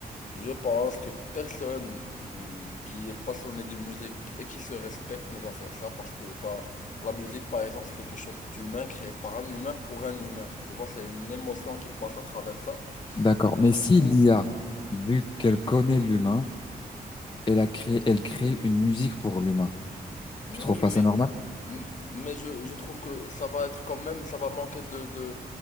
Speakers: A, on the left; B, on the left.
A: Je pense que personne mm, qui est passionné de musique et qui se respecte ne va faire ça parce que bah la musique par exemple c'est quelque chose d'humain créé par un humain pour un humain. Tu vois, c'est une émotion qui passe à travers ça.
B: D'accord. Mais
A: Et du
B: si
A: coup,
B: l'IA, vu qu'elle connaît l'humain, elle a créé, elle crée une musique pour l'humain.
A: oui,
B: Tu trouves pas ça
A: mais
B: normal?
A: M- Mais je, je trouve que ça va être quand même, ça va manquer de, de,